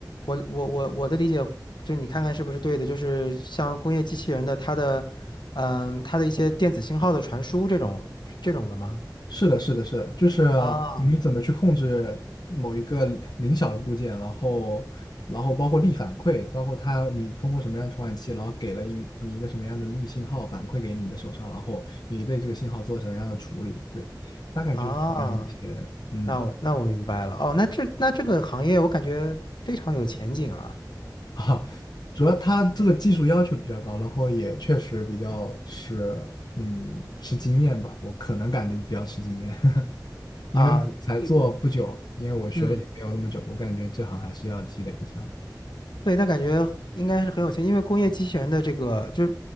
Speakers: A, on the left (about 80°); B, on the left (about 65°).
A: 我我我我的理解，就你看看是不是对的，就是像工业机器人的它的，嗯、它的一些电子信号的传输这种这种的吗？
B: 是的，是的，是的，就是
A: 啊
B: 你怎么去控制某一个零零小的部件，然后，然后包括力反馈，包括它你通过什么样的传感器，然后给了一你一个什么样的力信号反馈给你的手上，然后你对这个信号做什么样的处理，对，大概就是这样一些，
A: 啊，
B: 嗯
A: 那我那我明白了哦，那这那这个行业我感觉非常有前景啊。
B: <laughs> 啊，主要它这个技术要求比较高，然后也确实比较是，嗯，吃经验吧，我可能感觉比较吃经验。因为我才做不久，
A: 啊，对，
B: 因为我学的也没有那么久，
A: 嗯，
B: 我感觉这行还是要积累一下。
A: 对，那感觉应该是很有钱，因为工业机器人的这个就是